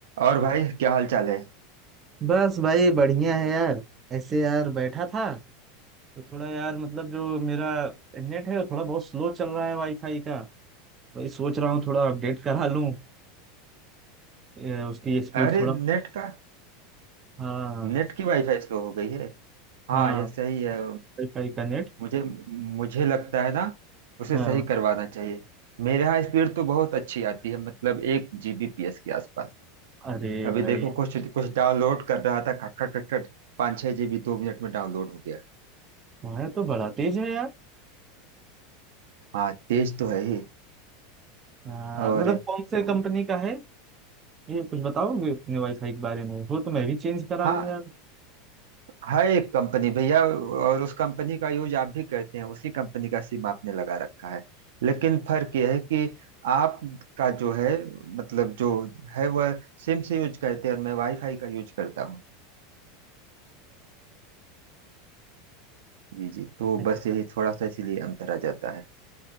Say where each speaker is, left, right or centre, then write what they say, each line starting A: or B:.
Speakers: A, on the right (about 85°); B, on the right (about 25°).
A: और भाई क्या हाल चाल है
B: बस भाई बढ़िया है यार ऐसे यार बैठा था तो थोड़ा यार मतलब जो मेरा नेट है वो थोड़ा बहुत स्लो चल रहा है वाईफाई का भाई सोच रहा हूँ थोड़ा अपडेट करा लूँ ए, उसकी स्पीड
A: अरे
B: थोड़ा
A: नेट का
B: हाँ
A: नेट की वाईफाई स्लो हो गई है हाँ
B: हाँ
A: यह सही है
B: वाईफाई का नेट
A: मुझे मुझे लगता है ना उसे
B: हाँ
A: सही करवाना चाहिए मेरे यहाँ स्पीड तो बहुत अच्छी आती है मतलब एक जीबीपीएस के आसपास
B: अरे
A: अभी
B: भाई
A: देखो कुछ कुछ डाउनलोड कर रहा था खट खट खट खट पाँच छः जीबी दो मिनट में डाउनलोड हो गया
B: तुम्हारा तो बड़ा तेज है यार
A: हाँ तेज तो है ही
B: हाँ
A: और
B: मतलब
A: अम,
B: कौन से कंपनी का है ये कुछ बताओगे अपने वाईफाई के बारे में वो तो मैं भी चेंज करा
A: हाँ
B: लूँ यार
A: हर एक कंपनी भैया और उस कंपनी का यूज आप भी करते हैं उसी कंपनी का सिम आपने लगा रखा है लेकिन फर्क यह है कि आपका जो है मतलब जो है वह सिम से यूज करते हैं और मैं वाईफाई का यूज करता हूँ जी जी तो
B: अच्छा
A: बस यही थोड़ा सा इसीलिए अंतर आ जाता है